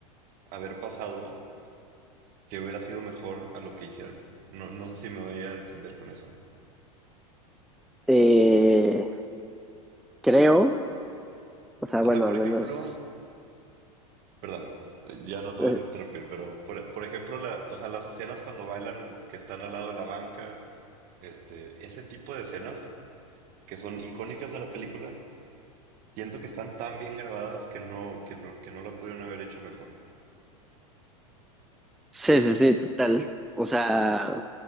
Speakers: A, on the right; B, in the centre.
A: haber pasado que hubiera sido mejor a lo que hicieron. No, no sé si me voy a entender con eso.
B: Eh, creo, o sea, bueno,
A: O sea, por
B: al
A: ejemplo,
B: menos.
A: perdón, eh, ya no te
B: eh,
A: voy a interrumpir, pero por, por ejemplo, la, o sea, las escenas cuando bailan que están al lado de la banca, este, ese tipo de escenas que son icónicas de la película, siento que están tan bien grabadas que no, que no, que no la pudieron haber hecho mejor.
B: sí, sí, sí, total. O sea,